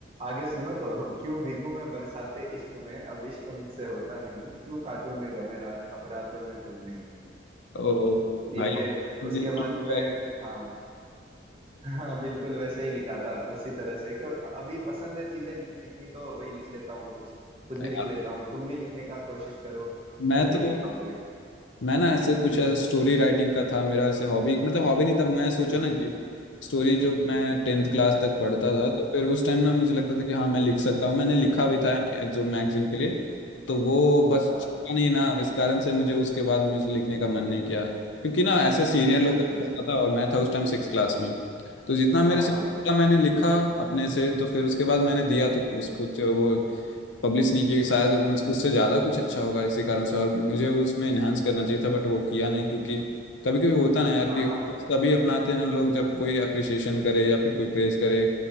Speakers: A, on the right; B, on the left.
A: आगे सुनो तो क्यों भीगू मैं बरसाते इश्क में अब इश्क मुझसे होता नहीं क्यों काटू मैं गमे रात अब रातों में तुम नहीं
B: ओ
A: ये
B: भाई
A: उसके
B: दिल
A: बाद
B: टूट
A: में
B: गया।
A: हाँ हाँ बिल्कुल वैसे ही लिखा था उसी तरह से क्यों अभी पसंद है चीजें लिखनी तो वही लिख लेता हूँ कुछ कुछ
B: <laughs>
A: भी लिख
B: अ,
A: लेता हूँ तुम भी लिखने का कोशिश करो
B: मैं
A: तुम
B: तो
A: भी लिख पाओगे
B: मैं ना ऐसे कुछ स्टोरी राइटिंग का था मेरा ऐसे हॉबी मतलब हॉबी नहीं था मैं सोचा ना कि स्टोरी जब मैं टेंथ क्लास तक पढ़ता
A: हम्म,
B: था तो फिर उस टाइम ना मुझे लगता था कि हाँ मैं लिख सकता हूँ मैंने लिखा भी था जो मैगजीन के लिए तो वो बस
A: हाँ
B: चला नहीं ना इस कारण से मुझे उसके बाद मुझे लिखने का मन नहीं किया क्योंकि ना ऐसे सीनियर लोग
A: अच्छा
B: का
A: अच्छा
B: पढ़ता था और मैं था उस टाइम सिक्स क्लास में तो जितना मेरे
A: हाँ
B: से
A: हाँ
B: पता मैंने लिखा अपने से तो फिर उसके बाद मैंने दिया तो उसको जो वो पब्लिश नहीं किया कि शायद उन- उससे ज़्यादा कुछ अच्छा होगा इसी कारण से और मुझे उसमें इन्हांस करना चाहिए था बट वो किया नहीं क्योंकि कभी कभी होता ना यार
A: हाँ
B: कि
A: हाँ
B: तभी अपनाते हैं ना लोग जब कोई अप्रिशिएशन करे या फिर कोई प्रेज करे